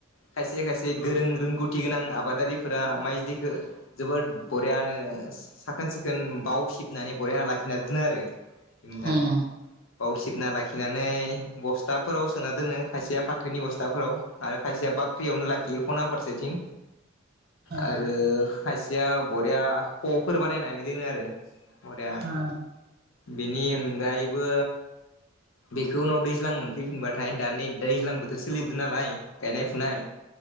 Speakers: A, on the left; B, on the right.
A: खायसे खायसे गोरों रोंगौथि गोनां आबादारिफोरा माइज्लिखो जोबोर बरियानो साखोन सिखोन बाव सिबनानै बरिया लाखिना दोनो आरो नोंथां।
B: ओं उम
A: बावसिबना लाखिनानै बस्थाफोराव सोना दोनो खायसेया फाथोनि बस्थाफोराव आरो खायसेया बाख्रियावनो लाखियो खना फारसेथिं
B: ओं
A: आरो खायसेया बरिया खफोर बानायनानै दोनो आरो। बरिया
B: ओं
A: बेनि अनगायैबो। बेखौ उनाव दैज्लां मोनफैफिनबाथाय दानि नै दैज्लां बोथोर सोलिदों नालाय। गायनाय फुनाय